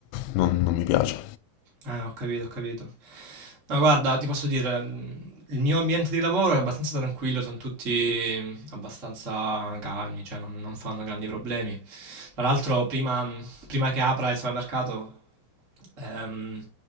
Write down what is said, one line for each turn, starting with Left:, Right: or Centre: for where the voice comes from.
Left: non, non mi piace.
Right: Eh, ho capito, ho capito. No, guarda, ti posso dire, mh, il mio ambiente di lavoro è abbastanza tranquillo, sono tutti mh, abbastanza calmi, cioè non, non fanno grandi problemi. Tra l'altro, prima, mh, prima che apra il supermercato, ehm,